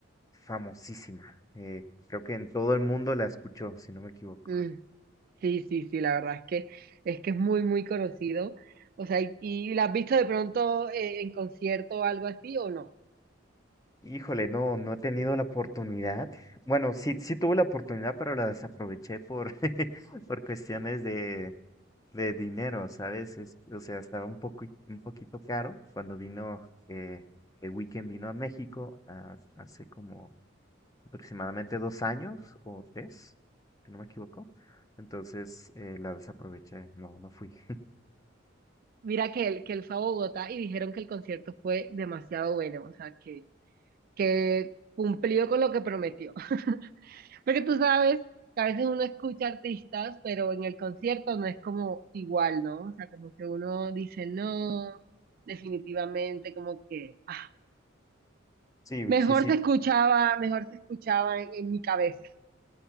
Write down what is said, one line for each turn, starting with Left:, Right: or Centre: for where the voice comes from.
Left: famosísima. Eh, creo que en todo el mundo la escuchó, si no me equivoco.
Right: Mm. Sí, sí, sí, la verdad es que es que es muy, muy conocido. O sea, ¿y, y la has visto de pronto eh, en concierto o algo así o no?
Left: Híjole, no, no he tenido la oportunidad. Bueno, sí, sí tuve la oportunidad, pero la desaproveché por, <laughs> por cuestiones de de dinero, ¿sabes? Es- o sea, estaba un poco, un poquito caro cuando vino, eh, el Weekend vino a México ah, hace como aproximadamente dos años o tres, si no me equivoco. Entonces, eh, la desaproveché, no, no fui. <laughs>
Right: Mira que él, que él fue a Bogotá y dijeron que el concierto fue demasiado bueno, o sea, que, que cumplió con lo que prometió. <laughs> Porque tú sabes que a veces uno escucha artistas, pero en el concierto no es como igual, ¿no? O sea, como que uno dice, no, definitivamente, como que, ah,
Left: Sí, güey,
Right: mejor
Left: sí, sí,
Right: se escuchaba, mejor se escuchaba en en mi cabeza.